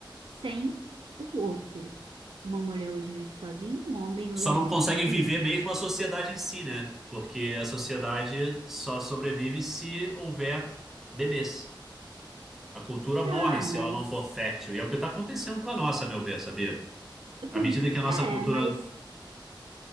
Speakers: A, on the right (about 85°); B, in the centre.
A: sem o outro. Uma mulher hoje vive sozinha, um homem
B: Só
A: hoje
B: não
A: vive
B: conseguem
A: sozinho.
B: viver mesmo a sociedade em si, né? Porque a sociedade só sobrevive se houver bebês. A cultura
A: Tá,
B: morre se
A: mas.
B: ela não for fértil. E é o que está acontecendo com a nossa, a meu ver, sabia? À
A: com-
B: medida que a
A: é,
B: nossa cultura,
A: mas